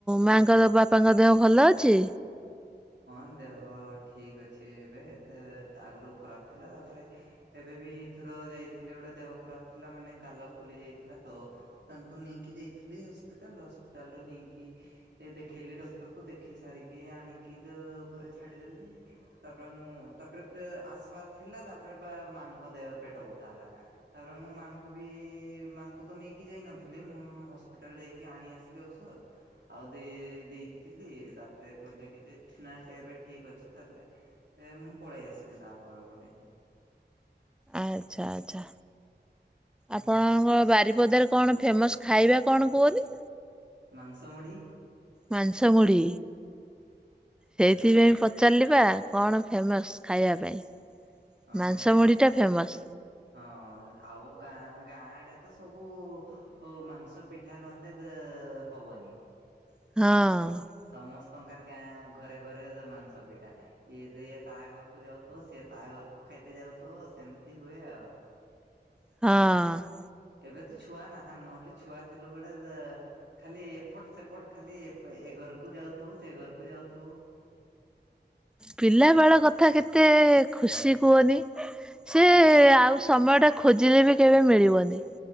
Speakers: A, in the centre; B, on the right (about 80°).
A: ମାଙ୍କର ବାପାଙ୍କ ଦେହ ଭଲ ଅଛି?
B: ହଁ ଦେହ ଠିକ ଅଛି ଏବେ ତେ ଆଗରୁ ଖରାପ ଥିଲା ତାପରେ ଏବେ ବିଥର ଯାଇଥିଲେ ଗୋଟେ ଦେହ ଖରାପ ଥିଲା ମାନେ ଗାଲ ଫୁଲି ଯାଇଥିଲା ତ ତାଙ୍କୁ ନେଇକି ଯାଇଥିଲି ହସ୍ପିଟାଲ ହସ୍ପିଟାଲ ରୁ ନେଇକି ଏ ଦେଖେଇଲି ଡକ୍ଟରକୁ ଦେଖେଇ ସାରିକି ଆଣିକି ତ ଘରେ ଛାଡିଦେଲି। ତାପରେ ମୁଁ ତାପରେ ଦେ ଆସିବାର୍ ଥିଲା ତାପରେ ବା ମାଙ୍କ ଦେହ ପେଟ ବଥା ହେଲା। ତାପରେ ମୁଁ ମାଆଙ୍କୁ ବି ମାଆଙ୍କୁ ତ ନେଇକି ଯାଇ ନଥିଲି ମୁଁ ହସ୍ପିଟାଲ ଯାଇକି ଆଣି ଆସିି ଥିଲେ ଔଷଧ ଆଉ ଦେ ଦେଇଥିଲି ତାପରେ କହିଲେ କି ଯେ ନା ତ ଏବେ ଠିକ ଅଛି ତାପରେ ଏ ମୁଁ ପଳେଇ ଆସିଲି ତା ପରେ ପରେ।
A: ଆଚ୍ଛା, ଆଚ୍ଛା ଆପଣଙ୍କ
B: ହଁ
A: ବାରିପଦାର କଣ ଫେମସ୍ ଖାଇବା କଣ କୁହନି?
B: ମାଂସ ମୁଢ଼ି।
A: ମାଂସ ମୁଢ଼ି। ସେଇଥିପାଇଁ ପଚାରିଲି ପା କଣ ଫେମସ୍ ଖାଇବା ପାଇଁ।
B: ହଁ
A: ମାଂସ ମୁଢିଟା
B: ସେ
A: ଫେମସ୍
B: ହଁ ଆଉ ଗାଁ ଗାଁ ଆଡେ ତ ସବୁ ଓ ମାଂସ ପିଠା ନହେଲେ ଦେ-ହବନି।
A: ହଁ।
B: ସମସ୍ତଙ୍କର ଗାଁ ଘରେ ଘରେ ମାଂସ ପିଠା। ଇଏ ଯେ ଇଏ ତା ଘରକୁ ଯାଉଥୁବ, ସିଏ ତା ଘରକୁ ଖାଇତେ ଯାଉଥୁବ ସେମିତି ହୁଏ ଆଉ।
A: ହଁ।
B: ଏବେ ତ ଛୁଆ ନାହାନ୍ ନହେଲେ ଛୁଆ ଥିଲୁ ବେଳେ ଦେ ଖାଲି ଏପଟ ସେପଟ ଖାଲି ଏପ୍ ଏ ଘରକୁ ଯାଉଥୁବୁ ସେ ଘରକୁ ଯାଉଥୁବୁ।
A: ପିଲାବେଳ କଥା କେତେ ଖୁସି କୁଅନି?
B: ହଁ
A: ସେ
B: ମୁଁ
A: ଆଉ ସମୟ ଟା ଖୋଜିଲେ ବି କେବେ ମିଳିବନି।